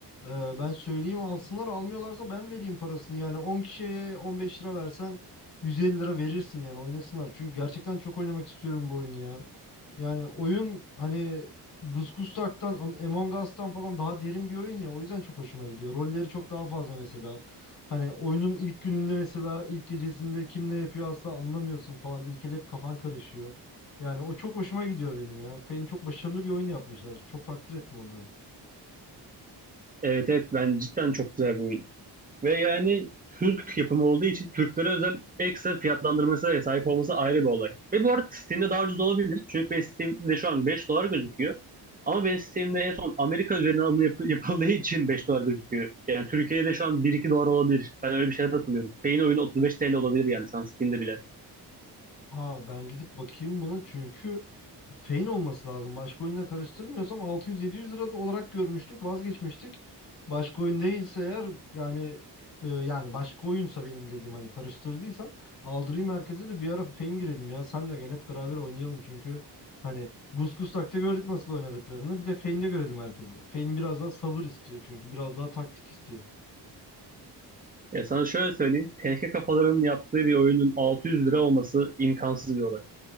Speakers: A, on the left; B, on the right.
A: e, ben söyleyeyim alsınlar almıyorlarsa ben vereyim parasını. Yani 10 kişiye 15 lira versen 150 lira verirsin yani oynasınlar. Çünkü gerçekten çok oynamak istiyorum bu oyunu ya. Yani oyun hani Gusgustak'tan Am- Among Us'tan falan daha derin bir oyun ya. O yüzden çok hoşuma gidiyor. Rolleri çok daha fazla mesela. Hani oyunun ilk gününde mesela ilk gecesinde kim ne yapıyor asla anlamıyorsun falan. İlk el hep kafan karışıyor. Yani o çok hoşuma gidiyor benim ya. Fein çok başarılı bir oyun yapmışlar. Çok takdir ettim onları.
B: Evet evet ben cidden çok güzel bir oyun. Ve yani Türk yapımı olduğu için Türklere özel ekstra fiyatlandırmasına da sahip olması ayrı bir olay. Ve bu arada Steam'de daha ucuz olabilir. Çünkü benim Steam'de şu an 5 dolar gözüküyor. Ama benim Steam'de en son Amerika üzerinden alım yap- yapıldığı için 5 dolar gözüküyor. Yani Türkiye'de şu an bir iki dolar olabilir. Ben öyle bir şeyler hatırlıyorum. Payne oyunu 35 TL olabilir yani şu an Steam'de bile.
A: Ha ben gidip bakayım buna çünkü Fein olması lazım. Başka oyunla karıştırmıyorsam 600-700 lira da olarak görmüştük, vazgeçmiştik. Başka oyun değilse eğer yani e, yani başka oyunsa benim dediğim hani karıştırdıysam aldırayım merkeze de bir ara Fein girelim ya. Sen de gel hep beraber oynayalım çünkü hani Gus takta gördük nasıl oynadıklarını. Bir de Fein'de görelim herkesi. Fein biraz daha sabır istiyor çünkü biraz daha taktik istiyor.
B: Ya sana şöyle söyleyeyim. TK kafaların yaptığı bir oyunun 600 lira olması imkansız bir olay.